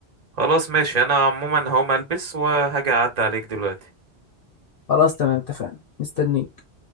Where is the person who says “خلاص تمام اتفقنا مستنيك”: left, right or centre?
Left